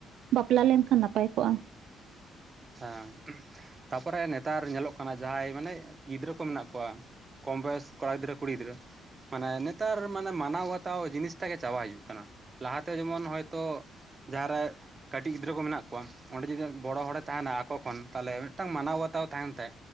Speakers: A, on the right; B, on the right.
A: ᱵᱟᱯᱞᱟ ᱞᱮᱱᱠᱷᱟᱱ ᱱᱟᱯᱟᱭ ᱠᱚᱜᱼᱟ᱾
B: ᱦᱮᱸ ᱛᱟᱯᱚᱨᱮ ᱱᱮᱛᱟᱨ ᱧᱮᱞᱚᱜ ᱠᱟᱱᱟ, ᱡᱟᱦᱟᱸᱭ ᱢᱟᱱᱮ ᱜᱤᱫᱽᱨᱟᱹ ᱠᱚ ᱢᱮᱱᱟᱜ ᱠᱚᱣᱟ᱾ ᱠᱚᱢ ᱵᱚᱭᱮᱥ ᱠᱚᱲᱟ ᱜᱤᱫᱽᱨᱟᱹ ᱠᱩᱲᱤ ᱜᱤᱫᱽᱨᱟᱹ ᱢᱟᱱᱮ ᱱᱮᱛᱟᱨ ᱢᱟᱱᱮ ᱢᱟᱱᱟᱣ ᱵᱟᱛᱟᱣ ᱡᱤᱱᱤᱥ ᱴᱟᱜ ᱜᱮ ᱪᱟᱵᱟ ᱦᱤᱡᱩᱜ ᱠᱟᱱᱟ᱾ ᱞᱟᱦᱟᱛᱮ ᱡᱮᱢᱚᱱ ᱦᱚᱭᱛᱚ ᱡᱟᱦᱟᱸ ᱨᱮ ᱠᱟᱹᱴᱤᱡ ᱜᱤᱫᱽᱨᱟᱹ ᱠᱚ ᱢᱮᱱᱟᱜ ᱠᱚᱣᱟ, ᱚᱸᱰᱮ ᱡᱩᱫᱤ ᱵᱚᱲᱚ ᱦᱚᱲᱮ ᱛᱟᱦᱮᱱᱟ ᱟᱠᱚ ᱠᱷᱚᱱ ᱛᱟᱦᱚᱞᱮ ᱢᱤᱫᱴᱟᱝ ᱢᱟᱱᱟᱣ ᱵᱟᱛᱟᱣ ᱛᱟᱦᱮᱱ ᱛᱮ,